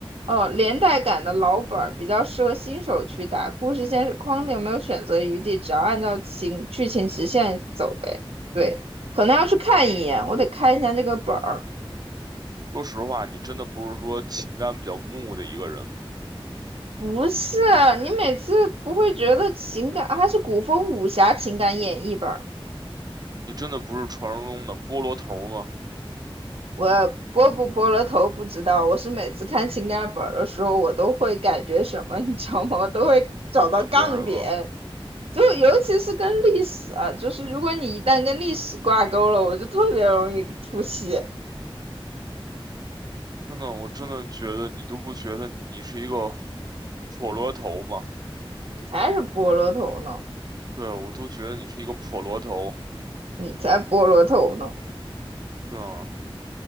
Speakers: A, on the right (about 90°); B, on the right (about 45°).
A: 哦，连带感的老本儿比较适合新手去打，故事线是框定，没有选择余地，只要按照情剧情直线走呗。对，可能要去看一眼，我得看一下这个本儿。
B: 说实话，你真的不是说情感比较木的一个人吗？
A: 不是，你每次不会觉得情感，啊还是古风武侠情感演绎本儿？
B: 你真的不是传说中的菠萝头儿吗？
A: 我拨不拨了头不知道，我是每次看情感本儿的时候，我都会感觉什么，你知道吗？我都会找到杠点。
B: 感觉什么？
A: 就尤其是跟历史啊，就是如果你一旦跟历史挂钩了，我就特别容易出戏。
B: 真的，我真的觉得你都不觉得你是一个破萝头吗？
A: 你才是菠萝头呢，
B: 对，我都觉得你是一个破萝头。
A: 你才菠萝头呢。
B: 对啊，